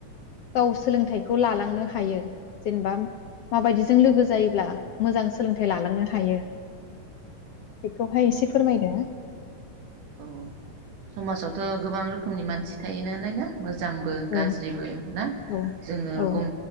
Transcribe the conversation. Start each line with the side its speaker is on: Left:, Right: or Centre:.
Left: गाव सोलोंथाइखौ लालांनो हायो जेनबा माबायदिजों लोगो जायोब्ला मोजां सोलोंथाइ लालांनो हायो बेखौहाय एसे फोरमायदो।
Right: औ समाजावथ' गोबां रोखो मनि मानसि थायो नालाय ना। मोजांबो
Left: औ
Right: गाज्रिबो ना
Left: औ
Right: जोङो
Left: औ
Right: गं